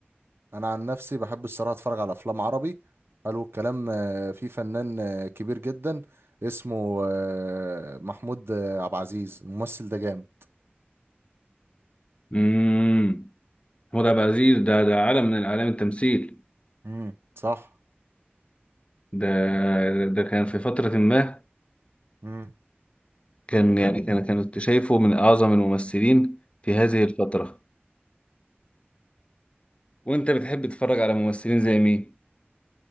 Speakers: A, on the right (about 70°); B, on the left (about 30°).
A: انا عن نفسي بحب الصراحه اتفرج على افلام عربي حلو الكلام آه، في فنان آه، كبير جدا اسمه آه، محمود آه، عبد العزيز الممثل ده جامد
B: امم هو ده عبد العزيز ده ده عالم من اعلام التمثيل
A: امم صح
B: ده ده كان في فتره ما
A: امم
B: كان يعني كان كانت شايفه من أعظم الممثلين في هذه الفترة وأنت بتحب تتفرج على ممثلين زي مين؟